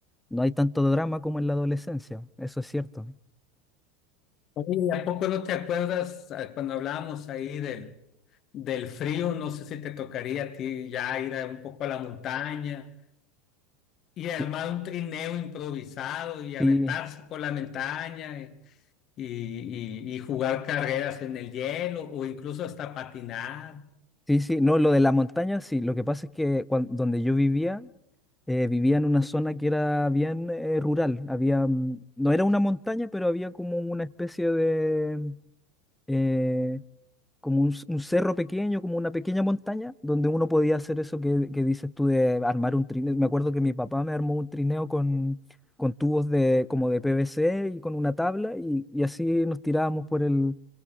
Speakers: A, in the centre; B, on the left.
A: no hay tanto drama como en la adolescencia, eso es cierto.
B: Oye, ¿y ¿a poco no te acuerdas eh, cuando hablábamos ahí del del frío, no sé si te tocaría a ti ya ir a- un poco a la montaña y armar
A: Sí,
B: un trineo improvisado y aventarse
A: sí,
B: por la montaña y, y- y- y jugar carreras en el hielo o incluso hasta patinar.
A: sí, sí, no, lo de la montaña, sí, lo que pasa es que cuan- donde yo vivía, eh, vivía en una zona que era bien eh, rural, había, mm, no era una montaña, pero había como una especie de... eh, como un, un cerro pequeño, como una pequeña montaña, donde uno podía hacer eso que, que dices tú de armar un trineo. Me acuerdo que mi papá me armó un trineo con, con tubos de, como de PVC y con una tabla y, y así nos tirábamos por el,